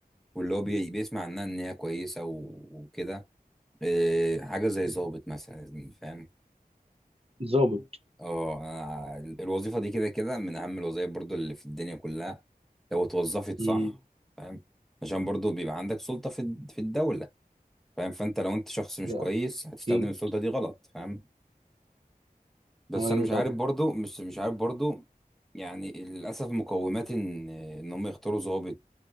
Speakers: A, in the centre; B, on the right.
A: واللي هو بي- بيسمع عنها إن هي كويسة و- وكده إيه، حاجة زي ظابط مثلا يا زميلي فاهم
B: ظابط
A: اه أنا ال- الوظيفة دي كده كده من أهم الوظائف برضو اللي في الدنيا كلها لو اتوظفت صح
B: مم.
A: فاهم عشان برضو بيبقى عندك سلطة في الد- في الدولة فاهم فأنت لو أنت شخص مش
B: لا
A: كويس هتستخدم
B: أكيد
A: السلطة دي غلط فاهم بس
B: أيوه
A: أنا مش عارف
B: طبعا
A: برضو مش مش عارف برضو يعني للأسف مقومات إن إن هم يختاروا ضابط